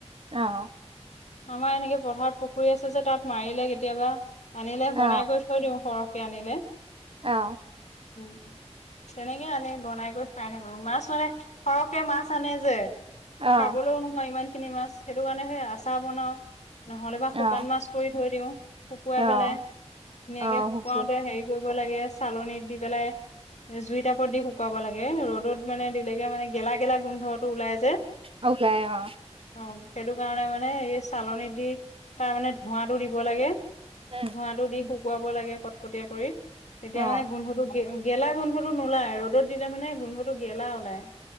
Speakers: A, on the right; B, on the left.
A: অৱ।
B: আমাৰ এনেকে পথাৰ পুখুৰী আছে যে তাত মাৰিলে কেতিয়াবা আনিলে
A: অ',
B: বনাই কৰি থৈ দিওঁ সৰহকে আনিলে।
A: অৱ।
B: উম। তেনেকে আনি বনাই কৰি চাই থাকো মাছ মানে সৰহকে মাছ আনে যে
A: অ',
B: খাবলৈও নোহোৱা ইমান খিনি মাছ। সেইটো কাৰণে সেই আচাৰ বনাও নহ'লে বা
A: অ',
B: শুকান মাছ কৰি থৈ দিও, শুকুৱাই
A: অ',
B: পেলাই ধুনীয়াকে
A: অ
B: শুকুৱাওতে
A: শুকুৱাই
B: হেৰি কৰিব লাগে চালনীত দি পেলাই জুই টাপত দি শুকুৱাব লাগে ৰ'দত মানে দিলেগে মানে গেলা গেলা গোন্ধটো ওলাই যে।
A: অ ওলাই অ
B: অৱ', সেইটো কাৰণে মানে এই চালনী দি তাৰ মানে ধোঁৱাটো দিব লাগে।
A: উম
B: ধোঁৱাটো দি শুকুৱাব লাগে কটকটীয়া কৰি, তেতিয়া
A: অ
B: মানে গোন্ধটো গেলা গোন্ধটো নোলাই ৰ'দত দিলে মানে গোন্ধটো গেলা ওলাই।